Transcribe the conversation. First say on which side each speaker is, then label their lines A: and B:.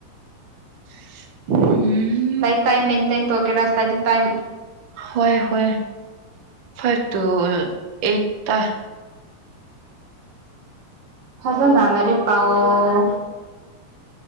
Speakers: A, on the right; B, on the right.
A: <inaudible> ꯍꯨꯝ
B: ꯂꯥꯏꯐ ꯇꯥꯏꯝ ꯃꯦꯟꯇꯦꯟ ꯇꯧꯒꯦꯔꯥ ꯁ꯭ꯇꯥꯗꯤ ꯇꯥꯏꯝ
A: ꯍꯣꯏ ꯍꯣꯏ ꯐꯥꯏꯚ ꯇꯨ ꯑꯩꯠꯇꯥ
B: ꯐꯖꯅꯥ ꯂꯥꯏꯔꯤꯛ ꯄꯥꯎꯑꯣ